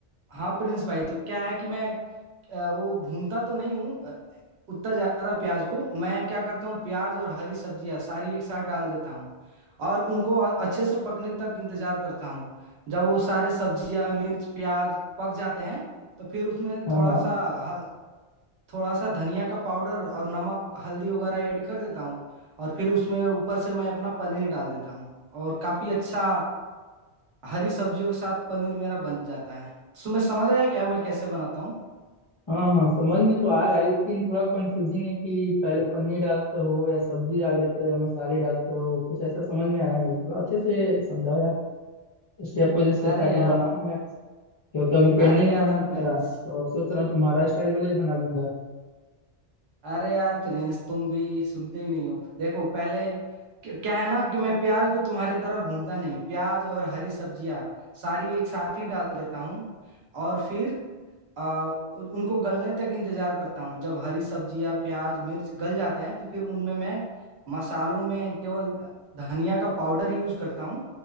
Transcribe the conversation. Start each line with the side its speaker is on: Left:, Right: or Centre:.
Right: हाँ प्रिंस भाई तो क्या है कि मैं अ, वो भूनता तो नहीं हूँ अ, उतना ज्यादा प्याज को मैं क्या करता हूँ प्याज और हरी सब्जियाँ सारी एक साथ डाल देता हूँ और उनको अ- अच्छे से पकने तक इंतजार करता हूँ जब वो सारे सब्जियाँ मिर्च प्याज पक जाते हैं तो फिर उसमें
Left: हाँ
Right: थोड़ा
Left: हाँ
Right: सा थोड़ा सा धनिया का पाउडर और नमक हल्दी वगैरह ऐड कर देता हूँ और फिर उसमें ऊपर से मैं अपना पनीर डाल देता हूँ और काफी अच्छा हरी सब्जियों के साथ पनीर मेरा बन जाता है तुम्हें समझ आया क्या मैं कैसे बनाता हूँ
Left: हाँ हाँ समझ में तो आ रहा है लेकिन थोड़ा कंफ्यूजिंग है कि पहले पनीर डालते हो या सब्जी डाल देते हो या मसाले डालते हो कुछ ऐसा समझ में आया नहीं थोड़ा अच्छे से समझाओ यार स्टेप बाय स्टेप
Right: अरे
Left: ताकि
Right: यार
Left: बनाऊं मैं क्योंकि अभी पेंडिंग
Right: अरे
Left: है
Right: यार
Left: बनाना
Right: प्रिंस
Left: मेरा तो सोच रहा हूँ तुम्हारा स्टाइल वाला ही बना लूंगा
Right: अरे यार प्रिंस तुम भी सुनते ही नहीं हो देखो पहले क्या क्या है ना कि मैं प्याज को तुम्हारे तरह भूनता नहीं प्याज और हरी सब्जियाँ सारी एक साथ ही डाल देता हूँ और फिर आ, उन- उनको गलने तक इंतजार करता हूँ जब हरी सब्जियाँ प्याज मिर्च गल जाते हैं तो फिर उनमें मैं मसालों में केवल धनिया का पाउडर यूज करता हूँ